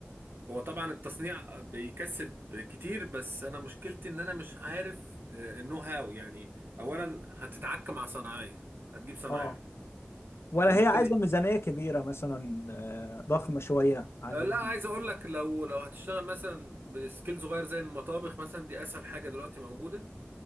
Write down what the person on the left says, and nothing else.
اه ولا
هي عايزة ميزانية كبيرة مثلا آه، ضخمة شوية عن